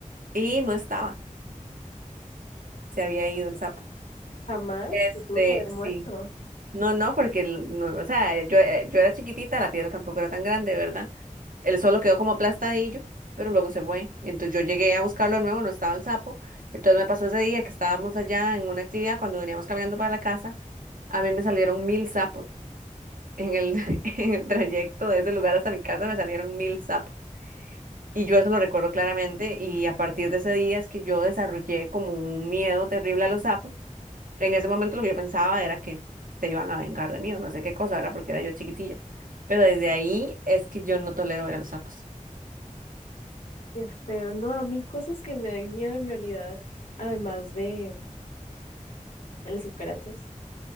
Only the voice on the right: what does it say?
y no estaba, se había ido el sapo.
Este,
sí. No, no, porque el- no, o sea, yo, eh, yo era chiquitita, la piedra tampoco era tan grande, ¿verdad? Él solo quedó como aplastadillo, pero luego se fue. Y entonces yo llegué a buscarlo de nuevo, no estaba el sapo. Entonces me pasó ese día que estábamos allá en una actividad, cuando veníamos caminando para la casa, a mí me salieron mil sapos. En el, <laughs> en el trayecto de ese lugar hasta mi casa me salieron mil sapos. Y yo eso lo recuerdo claramente y a partir de ese día es que yo desarrollé como un miedo terrible a los sapos. En ese momento lo que yo pensaba era que se iban a vengar de mí o no sé qué cosa, era porque era yo chiquitilla. Pero desde ahí es que yo no tolero ver a los sapos.